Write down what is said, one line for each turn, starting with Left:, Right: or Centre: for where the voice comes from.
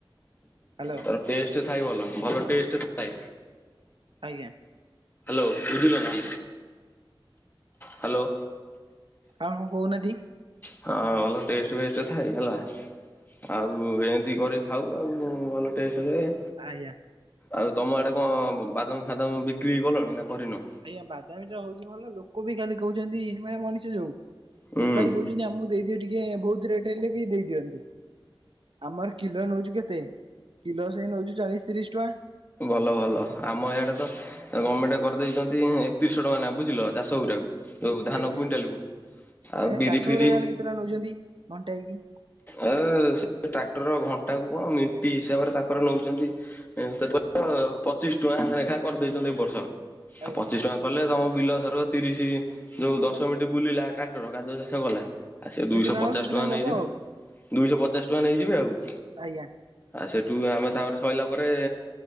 Right: ହ୍ୟାଲୋ
Left: ତାର ଟେଷ୍ଟ ଥାଏ ଭଲ, ଭଲ ଟେଷ୍ଟ ଥାଏ।
Right: ଆଜ୍ଞା।
Left: ହ୍ୟାଲୋ ବୁଝିଲ ନା। ହ୍ୟାଲୋ।
Right: ଆଉ କଣ କହୁନାହାନ୍ତି।
Left: ହଁ ଭଲ ଟେଷ୍ଟ ଫେଷ୍ଟ ଥାଏ ହେଲା। ଆଉ ଏନ୍ତି କରିକି ଖାଉ ଆଉ ଭଲ ଟେଷ୍ଟଥାାଏ।
Right: ଆଜ୍ଞା।
Left: ଆଉ ତମ ଆଡେ କଣ ବାଦାମ ଫାଦମ ବିକ୍ରି କଲଣି ନା କରିନ?
Right: ଆଜ୍ଞା ବାଦାମୀ ତ ହଉଛି ଭଲ ଲୋକ ବି ଖାଲି କହୁଛନ୍ତି ମାନେ ମଣିଷ ଯୋଉ
Left: ହୁଁ
Right: ବେପାରୀ କହୁଛ ଛନ୍ତି ଆମକୁ ଦେଇଦିଅ ଟିକେ ବହୁତ ରେଟ ହେଲେ ବି ଦେଇଦିଅନ୍ତୁ। ଆମର କିଲୋ ନଉଚୁ କେତେ କିଲୋ ସେଇ ନଉଚୁ ଚାଳିଶ ତିରିଶ ଟଙ୍କା।
Left: ଭଲ ଭଲ ଆମ ଇଆଡେ ତ ଗମେଣ୍ଟ କରିଦେଇଚନ୍ତି ଏକତିରିଶହ ଟଙ୍କା ନେଖେ ବୁଝିଲ ଚାଷ ଗୁଡାକୁ। ତ ଧାନ
Right: ଆଜ୍ଞା
Left: କୁଇଣ୍ଟାଲକୁ ଆଉ
Right: ଆଜ୍ଞା
Left: ବିରି
Right: ଚାଷ
Left: ଫିରି।
Right: ଉପରେ ଯାହେଲେ କେତେ ଟଙ୍କା ନଉଛନ୍ତି ଘଣ୍ଟାଇକି?
Left: ଏ ସେ ଟ୍ରାକ୍ଟର ଘଣ୍ଟା କୁ କଣ ମିଣ୍ଟି ହିସାବରେ ତାଙ୍କର ନେଉଚନ୍ତି। ସେ
Right: ଆଜ୍ଞା
Left: ପଚିଶ ଟଙ୍କା ଲେଖା କରିଦେଇଛନ୍ତି ଏଇ ବର୍ଷ ଆଉ
Right: ଆଜ୍ଞା
Left: ପଚିଶ ଟଙ୍କା କଲେ ତମ ବିଲ ଧର ତିରିସି ଯୋଉ ଦଶ ମିନିଟି ବୁଲିଲା ଟ୍ରାକ୍ଟର ଘାସ ଶେଷ କଲା। ଆ ସେ ଦୁଇଶହ
Right: ଯେତିକି
Left: ପଚାଶ
Right: ହବ ସେତିକି
Left: ଟଙ୍କା ନେଇଯିବ
Right: ଦବ ଆଉ
Left: ଦୁଇଶହ ପଚାଶ ଟଙ୍କା ନେଇଯିବେ ଆଉ।
Right: ଆଜ୍ଞା
Left: ଆଉ ସେଠୁ ଆମେ ତାପରେ ସଇଲା ପରେ